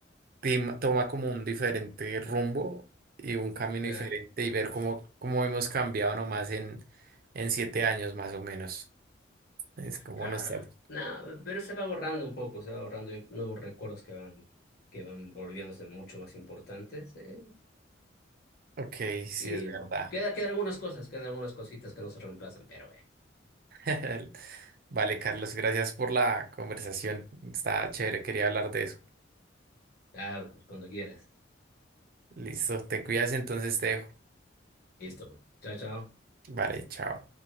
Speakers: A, on the right; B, on the left.
A: tim- toma como un diferente rumbo y un camino
B: ya,
A: diferente y ver cómo, cómo hemos cambiado nomás en, en siete años más o menos. Es como
B: claro.
A: nostálgico.
B: No, pero se va borrando un poco, se va borrando. Hay nuevos recuerdos que van, que van volviéndose mucho más importantes. ¿eh?
A: Ok, sí
B: Y
A: es verdad.
B: bueno, queda, quedan algunas cosas, quedan algunas cositas que no se reemplazan, pero eh,
A: <laughs> Vale, Carlos, gracias por la conversación. Está chévere, quería hablar de eso.
B: claro, cuando quieras.
A: Listo, te cuidas, entonces te dejo.
B: Listo, pues. Chao, chao.
A: Vale, chao.